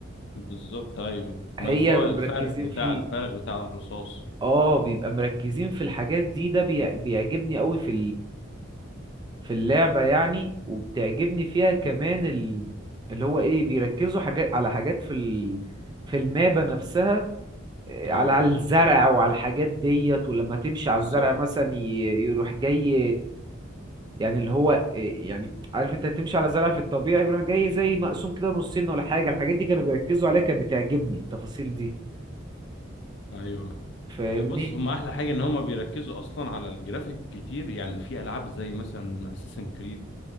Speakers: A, on the left; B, on the right.
A: بالظبط ايوه
B: هي
A: ما الف- الفارغ
B: مركزين
A: بتاع
B: فيه
A: الفارغ بتاع الرصاص
B: اه بيبقى مركزين في الحاجات دي ده بي... بيعجبني قوي في في اللعبة يعني وبتعجبني فيها كمان ال... اللي هو ايه بيركزوا حاجات على حاجات في ال... في المابة نفسها إيه،
A: ايوه
B: على على الزرع وعلى الحاجات ديت ولما تمشي على
A: بالظبط
B: الزرع مثلا ي... يروح جاي يعني اللي هو إيه، يعني عارف انت تمشي على زرع في الطبيعي بيروح جاي زي مقسوم كده نصين ولا حاجة الحاجات دي كانوا بيركزوا عليها كانت بتعجبني التفاصيل دي
A: ايوه
B: فاهمني
A: هي بص هم احلى حاجه ان هم بيركزوا اصلا على الجرافيك كتير يعني في العاب زي مثلا اساسن كريد